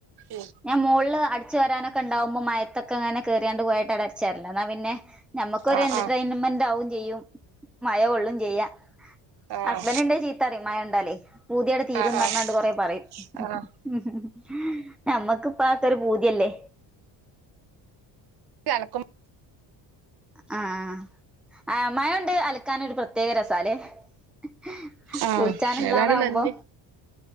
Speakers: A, on the right; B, in the centre.
A: ഉം
B: ഞാൻ മോൾ ള്. ടിച്ചു വരാനൊക്കെണ്ടാവുമ്പോ മയത്തൊക്കെങ്ങനെ കേറിയാണ്ട് വോയ് എടച്ചരല്ല ന്നാൽ പിന്നെ നമമ്മക്കൊര്
A: ആഹ്
B: ന്റർടൈൻമെന്റ്
A: ആഹ്
B: ആകും ചെയ്യും മഴ ഒള്ളും ചെയ്യ..
A: ആഹ്
B: ഹസ്ബന്റ ണ്ടെങ്കി ചീത്തറിം മഴ ണ്ടാല്. പൂതിയട് തീരുംന്നറഞ്ഞാണ്ട്
A: ആഹ് ആഹ്
B: കൊറെ പറയും. ഹും
A: ആഹ്
B: ഹും ഹും ഞമ്മക്ക്പ്പ അതൊരു ഭൂത്യല്ലേ?
A: ചലക്കും
B: ആഹ് ആഹ് ആഹ് ആഹ് മയൊണ്ട് അലക്കാനൊരു പ്രത്യേക രസാലേ. ഹ്
A: ആഹ്
B: കുൾച്ചാന് ള്ളതാവുമ്പോ.
A: ഏതായാലും നന്ദി